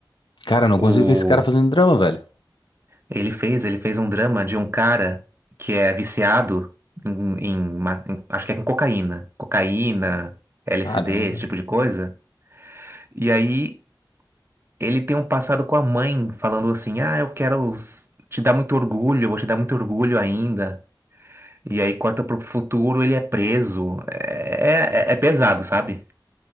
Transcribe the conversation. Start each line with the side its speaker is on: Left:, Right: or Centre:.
Left: Cara, eu não
Right: O,
Left: consigo ver esse cara fazendo drama, velho.
Right: Ele fez, ele fez um drama de um cara que é viciado em, em ma- em- acho que é com cocaína, cocaína, LSD,
Left: Caramba.
Right: esse tipo de coisa. E aí ele tem um passado com a mãe falando assim: "Ah, eu quero os- te dar muito orgulho, eu vou te dar muito orgulho ainda". E aí corta pro futuro, ele é preso. É, é, é pesado, sabe?